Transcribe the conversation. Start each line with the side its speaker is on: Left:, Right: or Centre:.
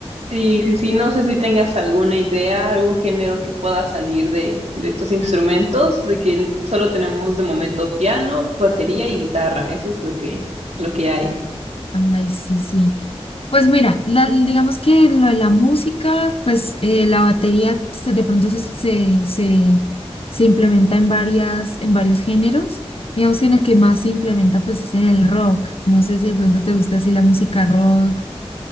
Right: Sí, sí, sí, no sé si tengas alguna idea, algún género que pueda salir de, de estos instrumentos, de que solo tenemos de momento piano, batería y guitarra, eso es lo que, lo que hay.
Left: Ay, sí, sí. Pues mira, la- digamos que lo de la música, pues eh, la batería se- de pronto se, se, se, se implementa en varias, en varios géneros. Digamos que en el que más se implementa, pues es en el rock. No sé si de pronto te gusta así la música rock